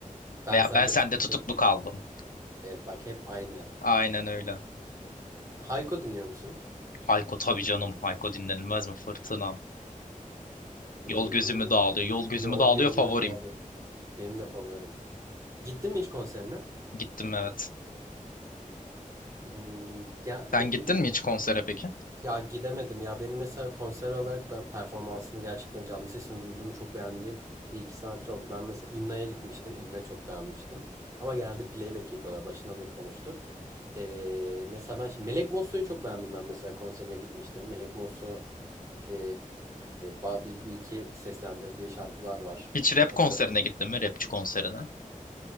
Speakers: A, on the right; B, on the left.
A: ben
B: Veya
A: sende
B: ben sende
A: tutukluk.
B: tutuklu kaldım.
A: Evet bak hep aynı.
B: Aynen öyle.
A: Hayko dinliyor musun?
B: Hayko tabii canım. Hayko dinlenilmez mi? Fırtınam.
A: Hmm,
B: Yol gözümü dağılıyor. Yol gözümü
A: Yol
B: dağılıyor
A: gözümü
B: favorim.
A: doldu. Benim de favorim. Gittin mi hiç konserine?
B: Gittim evet.
A: Hmm, ya
B: Sen
A: belki
B: gittin mi hiç konsere peki?
A: Ya gidemedim ya benim mesela konser olarak ben performansını gerçekten canlı sesini duyduğum çok beğendiğim bir iki sanatçı oldu. Ben mesela İnna'ya gitmiştim. İnna çok beğenmiştim. Ama geldi playback yapıyorlar. Başında da konuştuk. Ee, mesela ben şimdi Melek Mosso'yu çok beğendim ben mesela konserine gitmiştim. Melek Mosso ee, ba- bir, bir iki seslendirdiği şarkılar var.
B: Hiç rap
A: Atıyorum.
B: konserine gittin mi? Rapçi konserine.